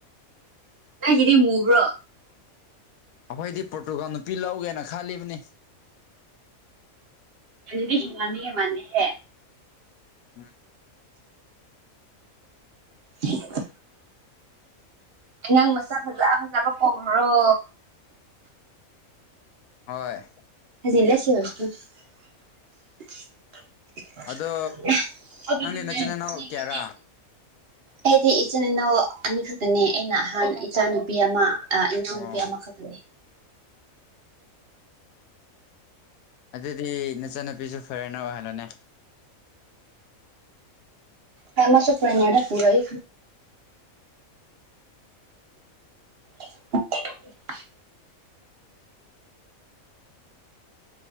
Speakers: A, on the right; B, on the left.
A: ꯅꯪꯪꯒꯤꯗꯤ ꯃꯨꯕ꯭ꯔꯣ
B: ꯑꯩꯈꯣꯏꯗꯤ ꯄ꯭ꯔꯣꯇꯨꯒꯜ ꯅꯨꯄꯤ ꯂꯧꯒꯦꯅ ꯈꯜꯂꯤꯕꯅꯤ
A: ꯑꯗꯨꯗꯤ ꯍꯦꯟꯃꯟꯗꯤ ꯍꯦꯟꯃꯜꯂꯤꯍꯦ
B: ꯎꯝ
A: <unintelligible> ꯑꯉꯥꯡ ꯃꯆꯥ ꯐꯥꯖ ꯐꯥꯖꯕ ꯄꯣꯛꯂꯨꯔꯣ
B: ꯍꯣꯏ
A: <unintelligible>
B: ꯑꯗꯣ
A: ꯑꯗꯨꯗꯤꯅꯦ
B: ꯅꯪꯗꯤ ꯅꯆꯤꯟ ꯅꯅꯥꯎ
A: ꯅꯤꯒꯤꯅꯤ
B: ꯀꯌꯥꯔꯥ
A: ꯑꯩꯗꯤ ꯏꯆꯤꯟ ꯏꯅꯥꯎ ꯑꯅꯤꯈꯛꯇꯅꯦ ꯑꯩꯅ ꯑꯍꯟ ꯏꯆꯥꯅꯨꯄꯤ ꯑꯃ ꯏꯅꯥꯎ
B: ꯑꯣ
A: ꯅꯨꯄꯤ ꯑꯃꯈꯛꯇꯅꯤ
B: ꯑꯗꯨꯗꯤ ꯅꯆꯟꯅꯨꯄꯤꯖꯨ ꯐꯣꯔꯦꯟꯅꯔ ꯑꯣꯏꯍꯜꯂꯣꯅꯦ
A: ꯍꯣꯏ ꯃꯥꯁꯨ ꯐꯣꯔꯦꯟꯅꯔ ꯄꯨꯔꯒꯦ <unintelligible>